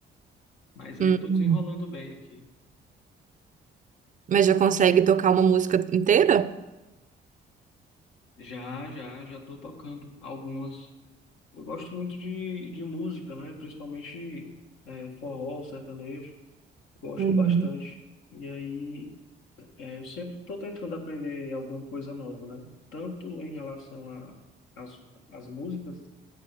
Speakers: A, on the left; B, on the right.
A: Mas
B: Hum,
A: aí eu tô desenrolando bem aqui.
B: mas já consegue tocar uma música inteira?
A: Já, já, já tô tocando algumas. Eu gosto muito de, de música, né? Principalmente é, forró, sertanejo. Gosto
B: Uhum.
A: bastante. E aí é, eu sempre tô tentando aprender alguma coisa nova, né? Tanto em relação a as, as músicas